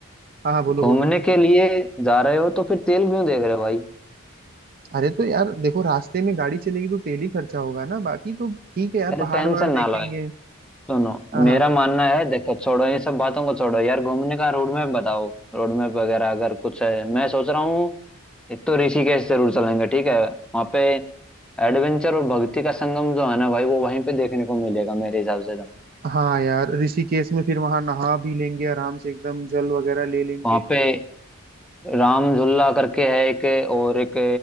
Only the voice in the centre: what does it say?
घूमने
के लिए जा रहे हो तो फिर तेल क्यों देख रहे हो भाई
अरे
टेंशन
ना लो सुनो
मेरा मानना है देखो छोड़ो ये सब बातों को छोड़ो यार घूमने का रोड मैप बताओ रोड मैप वगैरह अगर कुछ है मैं सोच रहा हूँ एक तो ऋषिकेश जरूर चलेंगे ठीक है वहाँ पे एडवेंचर और भक्ति का संगम जो है ना भाई वो वहीं पे देखने को मिलेगा मेरे हिसाब से तो
वहाँ पे राम झूला करके है एक और एक